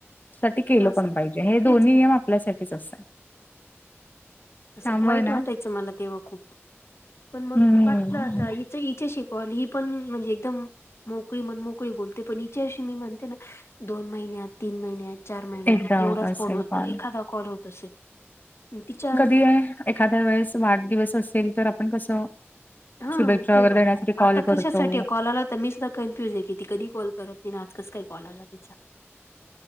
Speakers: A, on the left; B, on the left.
A: साठी केलं
B: असं
A: पण पाहिजे हे दोन्ही
B: तेच ना.
A: नियम आपल्यासाठीच असतात.
B: असं
A: त्यामुळे
B: वाईट
A: ना
B: वाटायचं मला तेव्हा खूप पण मग
A: हम्म
B: वाटलं आता इच इच्याशी कॉल ही पण म्हणजे एकदम मोकळी म्हण मोकळी बोलते पण इच्याशी मी म्हणते ना दोन महिन्यांत तीन महिन्यात चार महिन्यात
A: एकदा
B: एवढाच
A: होत असेल
B: फोन होतो
A: पण
B: एखादा कॉल होत असेल म तिच्या
A: ते आहे एखाद्या वेळेस वाढदिवस असेल तर आपण कसं
B: हा
A: शुभेच्छा
B: तेव्हा
A: वगैरे देण्यासाठी कॉल
B: आता
A: करतो
B: कशासाठी कॉल आला होत त मी सुद्धा कन्फ्युज आहे की ती कधी कॉल करत नाही आणि आज कस काय कॉल आला तिचा.